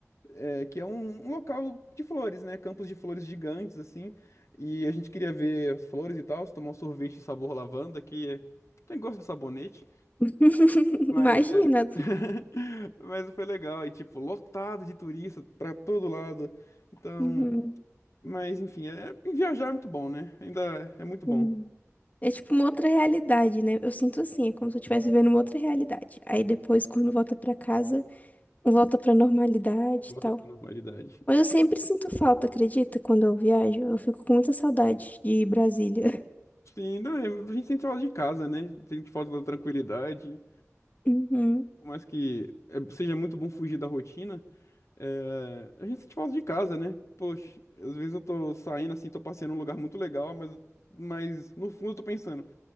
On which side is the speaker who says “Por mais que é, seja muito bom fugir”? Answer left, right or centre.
Left